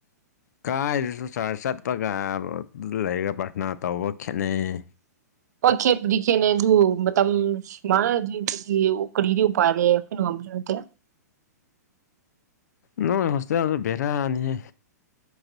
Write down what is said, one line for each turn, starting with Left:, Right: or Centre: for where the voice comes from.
Left: ꯀꯥꯏꯗ꯭ꯔꯁꯨ ꯆꯔꯖ ꯆꯠꯄꯒ ꯑꯗꯨꯗ ꯂꯩꯔꯒ ꯄ꯭ꯔꯊꯅꯥ ꯇꯧꯕ ꯈꯦꯠꯅꯩꯌꯦ
Right: ꯍꯣꯏ ꯈꯦꯠꯄꯨꯗꯤ ꯈꯦꯠꯅꯩ ꯑꯗꯨ ꯃꯇꯝ ꯃꯥꯅꯗ꯭ꯔꯗꯤ ꯀꯔꯤ ꯀꯔꯤꯗꯤ ꯎꯄꯥꯌ ꯂꯩ ꯑꯩꯈꯣꯏꯅ ꯉꯝꯕꯁꯨ ꯅꯠꯇꯦ
Left: ꯅꯣꯡ ꯍꯣꯁꯇꯦꯜꯗꯣ ꯕꯦꯔꯥꯅꯤꯍꯦ